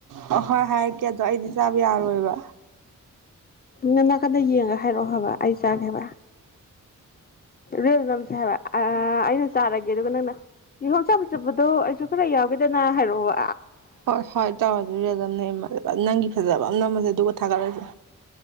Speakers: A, on the right (about 75°); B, on the left (about 30°).
A: ꯑꯍꯣꯏ ꯍꯥꯏꯔꯛꯀꯦ ꯑꯗꯣ ꯑꯩꯗꯤ ꯆꯥꯕ ꯌꯥꯔꯣꯏꯕ
B: ꯅꯪ ꯅꯥꯀꯟꯗ ꯌꯦꯡꯉꯒ ꯍꯥꯏꯔꯛꯑꯣ ꯍꯥꯏꯕ ꯑꯩ ꯆꯥꯒꯦꯕ ꯔꯤꯜꯁ ꯅꯝꯁꯦ ꯍꯥꯏꯕ ꯑꯩꯅ ꯆꯥꯔꯒꯦ ꯑꯗꯨꯒ ꯅꯪꯅ ꯀꯤꯍꯣꯝ ꯆꯥꯕ ꯆꯕꯗꯣ ꯑꯩꯁꯨ ꯈꯔ ꯌꯥꯎꯒꯦꯗ ꯅ ꯍꯥꯏꯔꯛꯑꯣꯕ
A: ꯍꯣꯏ ꯍꯣꯏ ꯇꯧꯔ ꯑꯗꯨꯗꯤ ꯑꯗꯨꯝ ꯅꯪꯒꯤ ꯐꯖꯕ ꯁꯝ ꯅꯃꯁꯦ ꯑꯗꯨꯒ ꯀ ꯊꯥꯒꯠꯂꯁꯨ